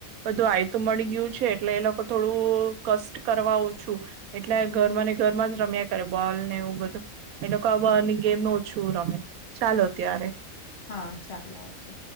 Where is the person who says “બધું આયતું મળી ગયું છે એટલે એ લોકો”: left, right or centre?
Right